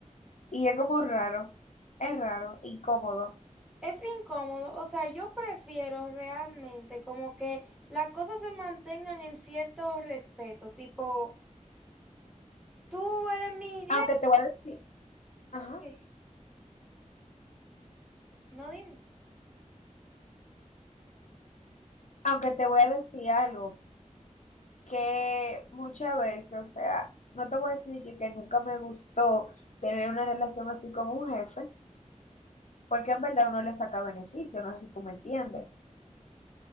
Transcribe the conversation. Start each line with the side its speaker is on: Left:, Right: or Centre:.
Left: y es como raro, es raro, incómodo.
Centre: Es incómodo, o sea, yo prefiero realmente como que las cosas se mantengan en cierto respeto, tipo, tú eres mi
Left: Aunque te voy a decir, ajá,
Centre: jefe, no dime.
Left: aunque te voy a decir algo que muchas veces, o sea, no te voy a decir que, que nunca me gustó tener una relación así con un jefe, porque en verdad uno le saca beneficio, no sé si tú me entiendes.